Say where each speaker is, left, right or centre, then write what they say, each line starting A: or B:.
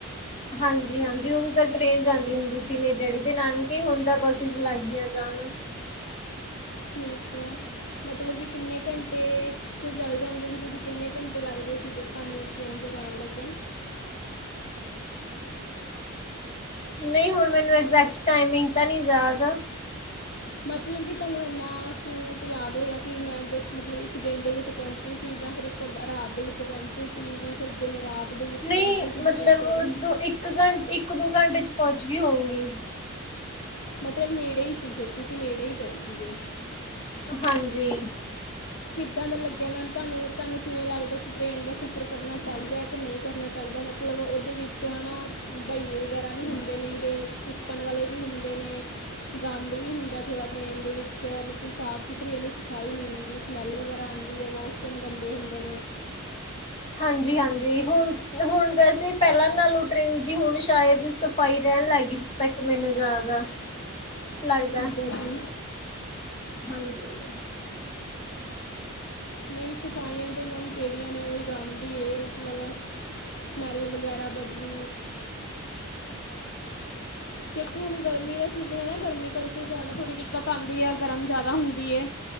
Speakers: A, on the left (about 25°); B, on the left (about 45°).
A: ਹਾਂਜੀ-ਹਾਂਜੀ ਉਦੋਂ ਤਾਂ ਟ੍ਰੇਨ ਜਾਂਦੀ ਹੁੰਦੀ ਸੀ, ਮੇਰੇ ਡੈਡੀ ਦੇ ਨਾਨਕੇ, ਹੁਣ ਤਾਂ ਬੱਸਿਸ ਲੱਗ ਗੀਆਂ ਜਾਣ।
B: ਠੀਕ ਐ ਮਤਲਬ ਕੀ ਕਿੰਨੇ ਘੰਟੇ ਚ ਚਲ ਜਾਂਦੇ ਸੀ, ਤੁਸੀਂ ਕਿੰਨੇ ਘੰਟੇ ਲੱਗਦੇ ਸੀਗੇ ਤੁਹਾਨੂੰ ਟ੍ਰਰੇਨ ਚ ਜਾਣ ਲੱਗਿਆ?
A: ਨਈ ਹੁਣ ਮੈਨੂੰ ਐਗਜੈਕਟ ਟਾਈਮਿੰਗ ਤਾਂ ਨੀ ਯਾਦ।
B: ਮਤਲਬ ਕੀ ਤੁਹਾਨੂੰ ਇੰਨਾ ਤੂਤ ਯਾਦ ਹੋਇਆ ਕੀ ਮੈਂ ਦ ਮਤਲਬ ਇੱਕ ਦਿਨ ਦੇ ਵਿੱਚ ਪੋਂਚੀ ਸੀ ਜਾਂ ਫਿਰ ਇੱਕ ਕ ਰਾਤ ਦੇ ਵਿੱਚ ਪੋਂਚੇ ਸੀ ਜਾਂ ਫਿਰ ਦਿਨ-ਰਾਤ ਦੇ ਵਿੱਚ
A: ਨਹੀਂ
B: ਪੋਂਚੇ ਸੀ ਮਤਲਬ ਚੌਵੀ
A: ਦੋ ਇੱਕ ਘੰ ਇੱਕ-ਦੋ ਘੰਟੇ ਚ ਪੋਂਚਗੀ ਹੋਊਗੀ।
B: ਮਤਲਬ ਨੇੜੇ ਈ ਸੀ ਫਿਰ ਤੁਸੀਂ ਨੇੜੇ ਈ ਗਏ ਸੀਗੇ।
A: ਹਾਂਜੀ।
B: ਕਿੱਦਾਂ ਦਾ ਲੱਗਿਆ ਮੈਮ ਤੁਹਾਨੂੰ-ਤੁਹਾਨੂੰ ਕਿਵੇਂ ਲੱਗਦਾ ਕੀ ਟ੍ਰੇਨ ਦਾ ਸਫ਼ਰ ਕਰਨਾ ਚਾਈਦਾ ਕ ਨਈ? ਕਰਨਾ ਚਾਈਦਾ ਮਤਲਬ ਓਦੇ ਵਿੱਚ ਹਨਾ ਬਈਏ ਵਗੈਰਾ ਵੀ ਹੁੰਦੇ ਨੇਗੇ ਕਣ ਵਾਲੇ ਵੀ ਹੁੰਦੇ ਨੇ। ਗੰਦ ਵੀ ਹੁੰਦਾ ਥੋੜ੍ਹਾ ਟ੍ਰੇਨ ਦੇ ਵਿੱਚ, ਮਤਲਬ ਸਾਫ਼-ਸੁਥਰੀ ਇੰਨੀ ਸਫਾਈ ਨੀ ਹੁੰ ਦੀ ਸਮੈੱਲ ਵਗੈਰਾ ਆਂਦੀ ਐ, ਵੋਸ਼ਰੂਮ ਗੰਦੇ ਹੁੰਦੇ ਨੇ।
A: ਹਾਂਜੀ-ਹਾਂਜੀ ਹੁਣ-ਹੁਣ ਵੈਸੇ ਪੈਲਾਂ ਨਾਲੋਂ ਟ੍ਰੇਨ ਦੀ ਹੁਣ ਸ਼ਾਇਦ ਸਫ਼ਾਈ ਰੈਣ ਲਾਗੀ ਤੱਕ ਮੈਨੂੰ ਯਾਦ ਆ।
B: <inaudible>
A: ਲੱਗਦਾ
B: ਠੀਕ ਹੈ ਜੀ
A: ਹਾਂਜੀ।
B: ਨਈਂ ਸਫਾਈਆਂ ਤੇ ਮੈਮ ਕੇੜੀਆਂ ਨੇ, ਓਹੀ ਗੰਦ ਈ ਏ ਮਤਲਬ ਸਮੈੱਲ ਵਗੈਰਾ ਬਦਬੂ ਦੇਖੋ ਹੁਨ ਗਰਮੀ ਦਾ ਸੀਜ਼ਨ ਐ ਨਾ ਗਰਮੀ ਕਰਕੇ ਜ਼ਾਦਾ ਥੋੜ੍ਹੀ ਦਿੱਕ ਦਿੱਕਤ ਆਂਦੀ ਐ ਗਰਮ ਜ਼ਾਦਾ ਹੁੰਦੀ ਐ।